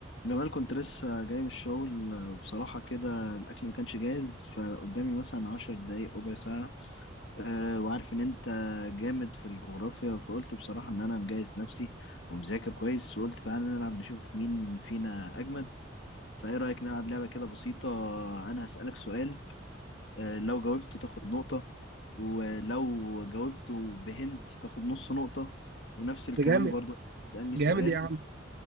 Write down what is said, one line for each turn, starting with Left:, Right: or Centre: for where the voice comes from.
Left: جمال كنت لسه جاي من الشغل آه، وبصراحة كده الأكل ما كانش جاهز فقدامي مثلا عشر دقايق ربع ساعة أه وعارف إن أنت جامد في الجغرافيا فقلت بصراحة إن أنا مجهز نفسي ومذاكر كويس وقلت تعالى نلعب نشوف مين فينا أجمد فإيه رأيك نلعب لعبة كده بسيطة أنا هسألك سؤال أه لو جاوبته تاخد نقطة ولو جاوبته بهنت تاخد نص نقطة ونفس الكلام
Right: ده جامد
Left: برضو تسألني
Right: جامد
Left: سؤال
Right: يا عم